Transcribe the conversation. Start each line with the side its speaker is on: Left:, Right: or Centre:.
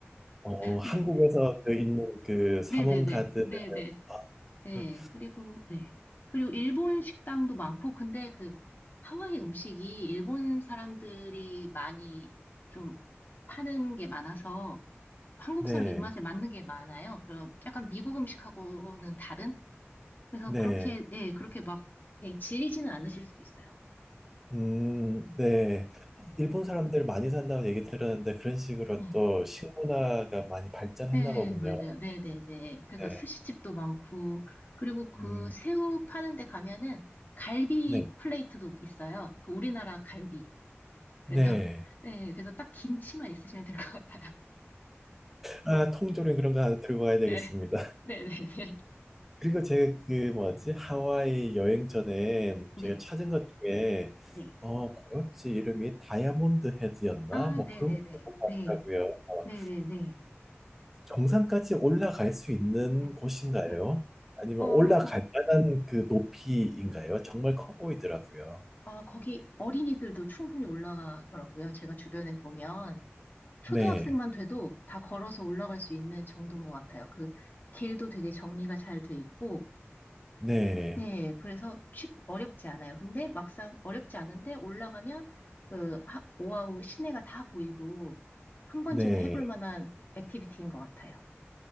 Centre: 어, 한국에서
Left: 네,
Centre: 그 있는 그 사몽
Left: 네, 네, 네,
Centre: 가드
Left: 네,
Centre: 아,
Left: 네, 네.
Centre: 그렇-
Left: 그리고 네, 그리고 일본 식당도 많고, 근데 그 하와이 음식이 일본 사람들이 많이 좀 파는 게 많아서 한국
Centre: 네,
Left: 사람 입맛에 맞는 게 많아요. 그런 약간 미국 음식하고는 다른? 그래서
Centre: 네,
Left: 그렇게 네, 그렇게 막 되게 질리지는 않으실 수도 있어요.
Centre: 음,
Left: 네,
Centre: 네.
Left: 네.
Centre: 일본 사람들 많이 산다고 얘기 들었는데 그런 식으로
Left: 네.
Centre: 또 식문화가 많이 발전했나
Left: 네,
Centre: 보군요.
Left: 맞아요. 네네네. 그래서
Centre: 네,
Left: 스시집도 많고, 그리고 그
Centre: 음,
Left: 새우 파는 데 가면은 갈비
Centre: 네,
Left: 플레이트도 있어요. 그 우리나라 갈비. 그래서,
Centre: 네.
Left: <laughs> 네, 그래서 딱 김치만 있으시면 될 것 같아요. <laughs>
Centre: 아, 통조림 그런 거 하나 들고 가야 되겠습니다.
Left: 네,
Centre: <laughs>
Left: 네네네.
Centre: 그리고 제가 그 뭐지 하와이 여행 전에
Left: 네,
Centre: 제가 찾은 것 중에
Left: 네.
Centre: 어 뭐였지 이름이 다이아몬드 헤드였나
Left: 아,
Centre: 뭐
Left: 네네네.
Centre: 그런 거 있는 것
Left: 네,
Centre: 같더라고요. 어,
Left: 네네네.
Centre: 정상까지 올라갈 수 있는
Left: 네.
Centre: 곳인가요?
Left: 네.
Centre: 아니면
Left: 어,
Centre: 올라갈
Left: 거기,
Centre: 만한 그 높이인가요? 정말 커 보이더라고요.
Left: 아, 거기 어린이들도 충분히 올라가더라고요. 제가 주변에 보면. 초등학생만
Centre: 네.
Left: 돼도 다 걸어서 올라갈 수 있는 정도인 것 같아요. 그 길도 되게 정리가 잘 돼 있고,
Centre: 네.
Left: 네, 그래서 쉽, 어렵지 않아요. 근데 막상 어렵지 않은데 올라가면 그 하- 오아우 시내가 다 보이고 한 번쯤은
Centre: 네.
Left: 해볼 만한 액티비티인 것 같아요.